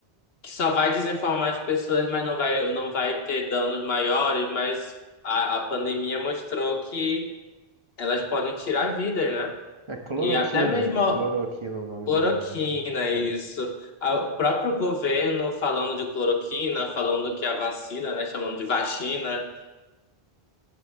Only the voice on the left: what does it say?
que só vai desinformar as pessoas, mas não vai não vai ter danos maiores, mas a, a pandemia mostrou que elas podem tirar vidas, né?
E até mesmo a
cloroquina,
isso. A- O próprio governo falando de cloroquina, falando que a vacina, né, chamando de vacina